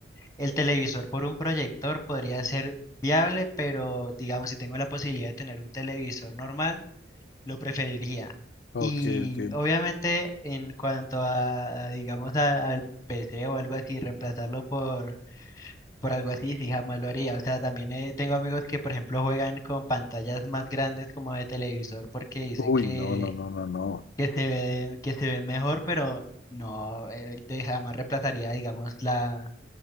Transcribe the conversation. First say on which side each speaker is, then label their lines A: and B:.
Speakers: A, on the left; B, on the left.
A: El televisor por un proyector podría ser viable, pero digamos, si tengo la posibilidad de tener un televisor normal, lo preferiría.
B: Ok,
A: Y
B: ok.
A: obviamente en cuanto a, a, digamos, a- al PC o algo así, reemplazarlo por, por algo así, sí, jamás lo haría. O sea, también eh, tengo amigos que, por ejemplo, juegan con pantallas más grandes como de televisor porque dice
B: Uy,
A: que,
B: no, no, no, no, no.
A: que se ve, que se ven mejor, pero no, eh, de- jamás reemplazaría, digamos, la